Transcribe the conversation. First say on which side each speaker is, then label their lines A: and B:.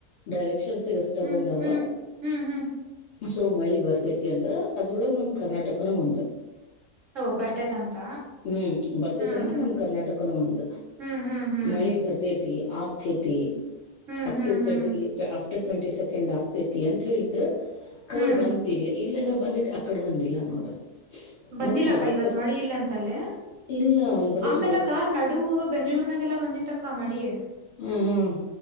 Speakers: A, on the left; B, on the right.
A: ಡೈರೆಕ್ಷನ್ಸಷ್ಟ
B: ಹ್ಮ್
A: ಬಂದಾವ
B: ಹ್ಮ್ ಹ್ಮ್ ಹ್ಮ್ ಹ್ಮ್
A: ಸೊ ಮಳಿ ಬರ್ತೈತಿ ಅಂದ್ರ ಅದ್ರೊಳಗ್ ನಮ ಕರ್ನಾಟಕನ ಹಂದ
B: ಓ ಬರ್ತೇತಂತ
A: ಹ್ಮ್ ಬರ್ತೆೇತನಕ
B: ಹ್ಮ್ ಹ್ಮ್
A: ನಮ ಕರ್ನಾಟಕನ ಒಂದ
B: ಹ್ಮ್ ಹ್ಮ್ ಹ್ಮ್ ಹ್ಮ್
A: ಮಳಿ ಬರ್ತೇತಿ ಆಗ್ತೇತಿ
B: ಹ್ಮ್
A: ಅಪ್
B: ಹ್ಮ್ ಹ್ಮ್
A: ಟ್ವೆಂಟಿ
B: ಹ್ಮ್
A: ಟ್ವೆಂಟಿ ಸೆಕೆ್ ಆಗ್ತತಿ ಅಂತ ಹೇಳಿದ್ರೆ ಕಖರೆ
B: ಹ್ಮ್
A: ಬಂತಿಲ್ಲ ಇಲ್ಲೆಲ್ಲ ಬಂದ ಅಕ್ಕಡ ಬಂದಿ ಇಲ್ಲ ನೋಡ
B: ಬಂದಿಲ್ಲಕ್ಕ
A: ಮತ್ ಯಾವ
B: ಇವತ್
A: ಪರಿ
B: ಮಳೆ ಇಲ್ಲ ಅಂತಲ್ಲೇ
A: ಇಲ್ಲ ಅಲ್ ಬರೀ
B: ಆಮೇಲೆ
A: ಹ
B: ಕಾರ್ ನಡುವ ಬೆಂಗಳೂರ್ನಾಗೆಲ್ಲ ಬಂದಿಟ್ಟಕ್ಕ ಮಡಿಯೇ
A: ಹ್ಮ್ ಹ್ಮ್